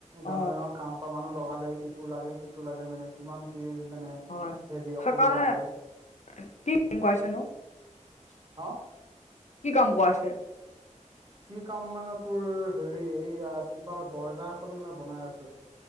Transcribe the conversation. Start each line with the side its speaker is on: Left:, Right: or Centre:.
Right: যানৈ
Left: অ
Right: নহয় কাম কৰা মানুহ লগালে ইটো লাগে, সিটো লাগে মানে কিমান কি মানে
Left: হয়,
Right: হেৰি অসুবিধা
Left: সেইকাৰণে
Right: হয়
Left: কি <unintelligible>
Right: অ'।
Left: কি কাম কৰাইছে?
Right: কি কাম মানে তোৰ হেৰি এইয়া কিবা দৰ্জা এখন মানে বনাই আছে।